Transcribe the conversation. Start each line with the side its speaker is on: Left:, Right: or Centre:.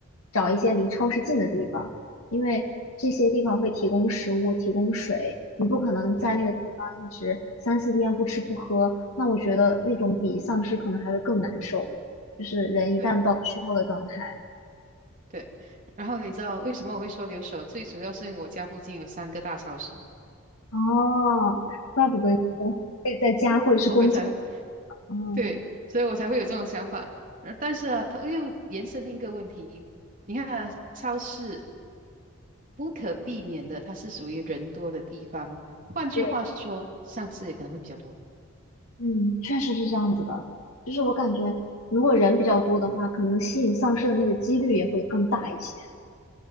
Left: 找一些离超市近的地方，因为这些地方会提供食物、提供水，你不可能在那个地方一直三四天不吃不喝，
Right: 对
Left: 那我觉得那种比丧尸可能还会更难受，就是人一旦到虚脱的状态。
Right: 对对。然后你知道为什么我会说留守？最主要是因为我家附近有三个大超市，
Left: 哦，怪不得你说会在家或者是工作，
Right: 我会才
Left: 嗯，
Right: 对，所以我才会有这种想法。呃但是啊，它又延伸另一个问题，你看啊，超市不可避免的，它是属于人多的地方，换句话说，
Left: 对。
Right: 上市也可能会比较多。
Left: 嗯，确实是这样子的，就是我感觉如果人比较多的话，可能吸引丧尸的那个几率也会更大一些。